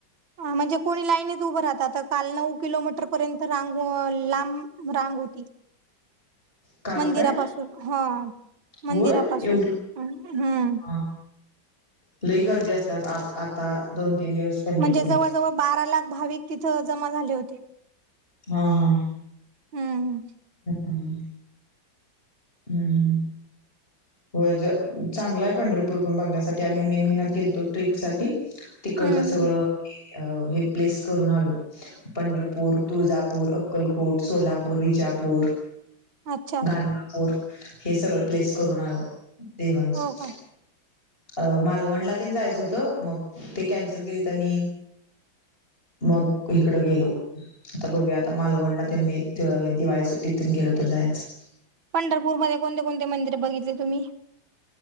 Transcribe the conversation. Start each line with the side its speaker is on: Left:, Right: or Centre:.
Right: अ म्हणजे कोणी लाईनीत उभं राहत. आता काल नऊ किलोमीटर पर्यंत अ रांग लांब रांग होती.
Left: काल
Right: मंदिरापासून
Left: काय
Right: हं. मंदिरापासून
Left: होय एवढी
Right: हम्म.
Left: हा लई गर्दी असतेया. आज आता दोन तीन दिवस. पंढरपुरात
Right: म्हणजे जवळजवळ बारा लाख भाविक तिथं जमा झाले होते.
Left: हा. हा.
Right: हम्म
Left: हम्. हम्. हो ज चांगलाय पंढरपूर पण बघण्यासाठी. आम्ही मे महिन्यात गेलतो ट्रीप साठी. तिकडच
Right: हम्म
Left: सगळं हे प्लेस करून आलो. पंढरपूर, तुळजापूर, अक्कलकोट, सोलापूर, विजापूर.
Right: अच्छा
Left: गाणगापुर हे सगळं प्लेस करून आलो. देवांचं.
Right: हो का
Left: अ मालवणला तेन जायचं होतं. मग ते कॅन्सल केली त्यांनी. मग इकडं गेलो. आता बघूया. आता मालवणला त्यां मी दिवाळी सुट्टीतून गेल तर जायचं.
Right: पंढरपूरमध्ये कोणते कोणते मंदिर बघितले तुम्ही?